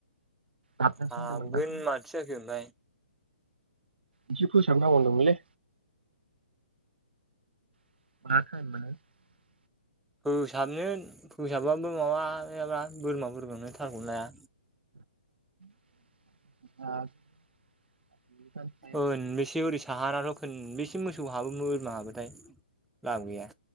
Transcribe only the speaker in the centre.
हाबगोन
माथोजाखो ओमफाय
फोसाबनो फोसाबबाबो माबायाब्ला बोरमा बोरमानो थालखौनो लाया।
खोनबेसे ओरै साहानाथ' खनबसे मोसौ हाबो बोरमा हाबोथाय लाब गैया।